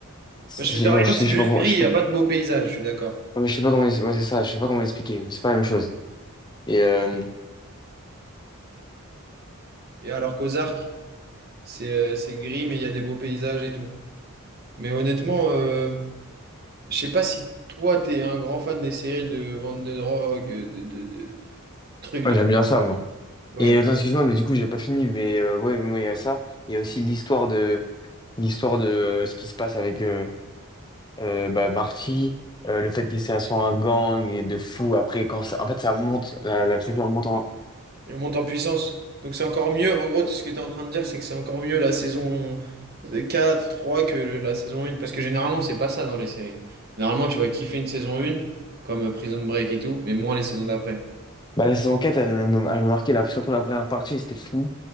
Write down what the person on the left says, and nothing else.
c'est-
Genre, je
sais
je
sais pas, pourquoi-
je sais
pas
Ouais, mais je sais pas comment, ouais, c'est ça, je sais pas comment expliquer, mais c'est pas la même chose. Et euh,
ouais,
j'aime bien ça, moi.
Et euh, attends, excuse-moi, mais du coup, j'ai pas fini, mais euh, ouais, moi, il y a ça. Il y a aussi l'histoire de l'histoire de euh, ce qui se passe avec euh, euh, bah, Marty, euh, le fait qu'il s'est assis à un gang et de fou après quand ça en fait ça monte, la, la structure monte en.
Bah, la saison 4 elle, m'a elle m'a marqué la, surtout la première partie, c'était fou.